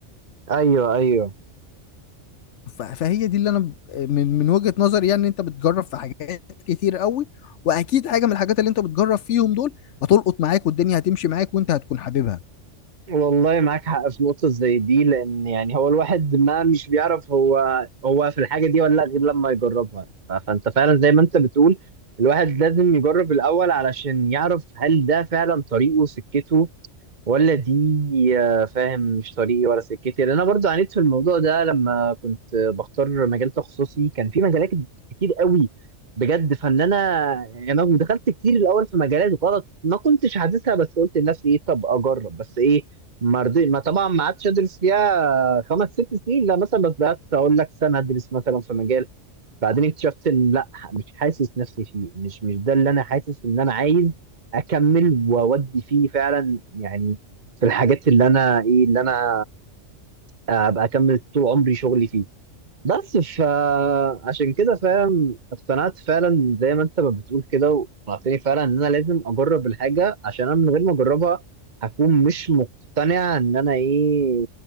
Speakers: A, on the right (about 40°); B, on the left (about 70°).
A: ايوه ايوه
B: ف... فهي دي اللي انا ب- من من وجهه نظري يعني انت بتجرب في حاجات كتير قوي واكيد حاجه من الحاجات اللي انت بتجرب فيهم دول هتلقط معاك والدنيا هتمشي معاك وانت هتكون حاببها
A: والله معاك حق في نقطة زي دي لأن يعني هو الواحد ما مش بيعرف هو هو في الحاجة دي ولا لأ غير لما يجربها ف- فأنت فعلا زي ما أنت بتقول الواحد لازم يجرب الأول علشان يعرف هل ده فعلا طريقه سكته ولا دي آه، فاهم مش طريقي ولا سكتي لان انا برضو عانيت في الموضوع ده لما كنت بختار مجال تخصصي كان في مجالات كتير قوي بجد فان انا يعني انا دخلت كتير الاول في مجالات غلط ما كنتش حاسسها بس قلت لنفسي ايه طب اجرب بس ايه ما رضي ما طبعا ما عادش ادرس فيها خمس ست سنين لا مثلا بس قعدت اقول لك سنه ادرس مثلا في مجال بعدين اكتشفت ان لا مش حاسس نفسي فيه مش مش ده اللي انا حاسس ان انا عايز اكمل واودي فيه فعلا يعني في الحاجات اللي انا ايه اللي انا ابقى اكمل طول عمري شغلي فيه بس فعشان كده فاهم اقتنعت فعلا زي ما انت ما بتقول كده واقتنعتني فعلا ان انا لازم اجرب الحاجه عشان انا من غير ما اجربها هكون مش مقتنع ان انا ايه